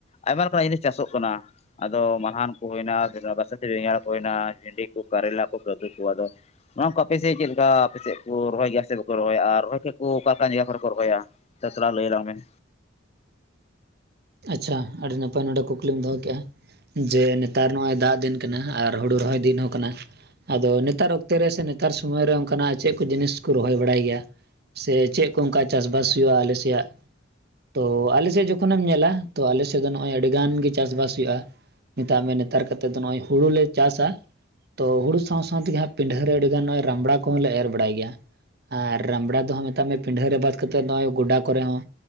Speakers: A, on the left; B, on the right.
A: ᱟᱭᱢᱟ ᱞᱮᱠᱟᱱᱟᱜ ᱡᱤᱱᱤᱥ ᱪᱟᱥᱚᱜ ᱠᱟᱱᱟ ᱟᱫᱚ ᱢᱟᱞᱦᱟᱱ ᱠᱚ ᱦᱩᱭᱱᱟ <unintelligible> ᱫᱮ ᱵᱮᱜᱟᱟᱬ ᱠᱚ ᱦᱩᱭᱮᱱᱟ, ᱵᱷᱤᱱᱰᱤ ᱠᱚ ᱠᱟᱨᱮᱞᱟ ᱠᱚ <unintelligible> ᱠᱚ ᱟᱫᱚ ᱱᱚᱣᱟ ᱠᱚ ᱟᱯᱮᱥᱮᱫ ᱪᱮᱫ ᱞᱮᱠᱟ ᱟᱯᱮᱥᱮᱫ ᱠᱚ ᱨᱚᱦᱚᱭ ᱜᱮᱭᱟ ᱥᱮ ᱵᱟᱠᱚ ᱨᱚᱦᱚᱭᱟ ᱟᱨ ᱨᱚᱦᱚᱭ ᱠᱷᱟᱱ ᱠᱚ ᱚᱠᱟ ᱞᱮᱠᱟᱱ ᱡᱟᱭᱜᱟ ᱠᱚᱨᱮ ᱠᱚ ᱨᱚᱦᱚᱭᱟ᱾ ᱪᱟᱪᱞᱟᱣ ᱞᱟᱹᱭ ᱟᱞᱟᱝ ᱵᱮᱱ
B: ᱟᱪᱪᱷᱟ ᱟᱹᱰᱤ ᱱᱟᱯᱟᱭ ᱱᱚᱰᱮ ᱠᱩᱠᱞᱤᱢ ᱫᱚᱦᱚ ᱠᱮᱫᱼᱟ᱾ ᱡᱮ ᱱᱮᱛᱟᱨ ᱱᱚᱜᱼᱚᱭ ᱫᱟᱜᱽ ᱫᱤᱱ ᱠᱟᱱᱟ ᱟᱨ ᱦᱩᱲᱩ ᱨᱚᱦᱚᱭ ᱫᱤᱱ ᱦᱚᱸ ᱠᱟᱱᱟ ᱟᱫᱚ ᱱᱮᱛᱟᱨ ᱚᱠᱛᱮ ᱨᱮ ᱥᱮ ᱱᱮᱛᱟᱨ ᱥᱚᱢᱚᱭ ᱨᱮ ᱚᱱᱠᱟᱱᱟᱜ ᱪᱮᱫ ᱠᱚ ᱡᱤᱱᱤᱥ ᱠᱚ ᱨᱚᱦᱚᱭ ᱵᱟᱲᱟᱭ ᱜᱮᱭᱟ ᱥᱮ ᱪᱮᱫ ᱠᱚ ᱚᱱᱠᱟ ᱪᱟᱥᱼᱵᱟᱥ ᱦᱩᱭᱩᱜ ᱟᱞᱮ ᱥᱮᱭᱟᱜ ᱛᱚ ᱟᱞᱮ ᱥᱮᱫ ᱡᱚᱠᱷᱚᱱᱮᱢ ᱧᱮᱞᱟ ᱛᱚ ᱟᱞᱮ ᱥᱮᱫ ᱫᱚ ᱱᱚᱜᱼᱚᱭ ᱟᱹᱰᱤ ᱜᱟᱱ ᱜᱮ ᱪᱟᱥᱼᱵᱟᱥ ᱦᱩᱭᱩᱜᱼᱟ᱾ ᱢᱮᱛᱟᱜ ᱢᱮ ᱱᱮᱛᱟᱨ ᱠᱟᱛᱮᱫ ᱫᱚ ᱱᱚᱜᱼᱚᱭ ᱦᱩᱲᱩ ᱞᱮ ᱪᱟᱥᱼᱟ᱾ ᱛᱳ ᱦᱩᱲᱩ ᱥᱟᱶᱼᱥᱟᱶ ᱛᱮᱜᱮ ᱦᱟᱸᱜ ᱯᱤᱸᱰᱷᱟᱹ ᱨᱮ ᱟᱹᱰᱤᱜᱟᱱ ᱱᱚᱜᱼᱚᱭ ᱨᱟᱢᱵᱲᱟ ᱠᱚᱦᱚᱸ ᱞᱮ ᱮᱨ ᱵᱟᱲᱟᱭ ᱜᱮᱭᱟ ᱾ ᱟᱨ ᱨᱟᱢᱲᱟ ᱫᱚᱦᱚᱸ ᱢᱮᱛᱟᱜ ᱢᱮ ᱯᱤᱸᱰᱷᱟᱹ ᱨᱮ ᱵᱟᱫ ᱠᱟᱛᱮᱫ ᱱᱚᱜᱼᱚᱭ ᱜᱚᱰᱟ ᱠᱚᱨᱮ ᱦᱚᱸ